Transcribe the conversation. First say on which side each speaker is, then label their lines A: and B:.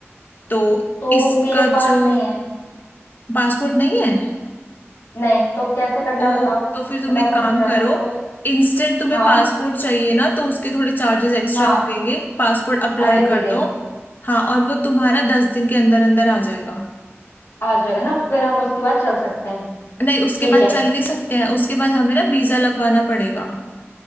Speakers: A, on the left; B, on the left.
A: तो
B: तो
A: इसका
B: मेरे पास
A: जो
B: नहीं है
A: पासपोर्ट नहीं है
B: नहीं तो कैसे करना
A: ओ
B: बताओ
A: तो फिर तुम
B: फटाफट
A: एक काम
B: हो जाएगा
A: करो
B: तो
A: इंस्टेंट तुम्हें
B: हाँ
A: पासपोर्ट चाहिए ना तो उसके थोड़े चार्जेस एक्स्ट्रा
B: हाँ
A: लगेंगे पासपोर्ट अप्लाई
B: अरे दे
A: कर
B: देंगे
A: दो हाँ और वो तुम्हारा दस दिन के अंदर अंदर आ जाएगा
B: आ जाएगा ना फिर हम उसके बाद चल सकते हैं
A: नहीं उसके
B: ठीक
A: बाद
B: है
A: चल नहीं सकते हैं उसके बाद हमें ना वीजा लगवाना पड़ेगा